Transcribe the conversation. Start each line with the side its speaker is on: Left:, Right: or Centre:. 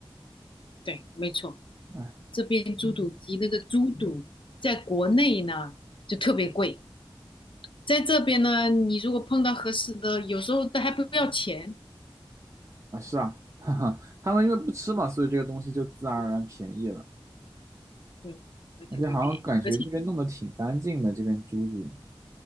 Left: 对，没错。
Right: 哎，
Left: 这边猪肚鸡那个猪肚在国内呢就特别贵，在这边呢，你如果碰到合适的，有时候都还不要钱，
Right: 啊，是啊，<laughs> 哈哈，他们因为不吃嘛，所以这个东西就自然而然便宜了。
Left: 对，还特别便宜，
Right: 而且好像感觉这边弄得挺干净的，
Left: 而且
Right: 这边猪肚